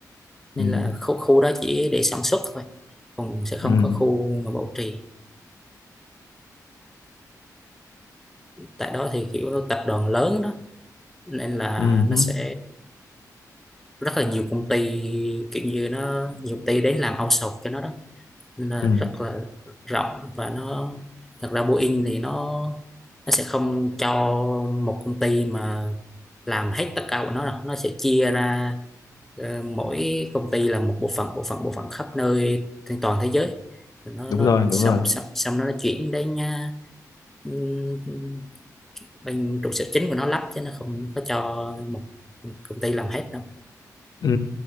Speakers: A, in the centre; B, on the left.
A: nên
B: Ừm,
A: là khu khu đó chỉ để sản xuất thôi còn sẽ không
B: ừm,
A: có khu mà bảo trì tại đó thì kiểu tập đoàn lớn đó nên là
B: ừm, hứ,
A: nó sẽ rất là nhiều công ty kiểu như nó nhiều công ty đến làm outsource cho nó đó nên là
B: ừm.
A: rất là rộng và nó thật ra Boeing thì nó nó sẽ không cho một công ty mà làm hết tất cả của nó đâu nó sẽ chia ra ờ, mỗi công ty là một bộ phận bộ phận bộ phận khắp nơi trên toàn thế giới Rồi nó
B: đúng
A: nó
B: rồi đúng
A: xong
B: rồi
A: xong, xong nó nó chuyển đến nha ừm, bên trụ sở chính của nó lắp chứ nó không có cho một công ty làm hết đâu
B: Ừ,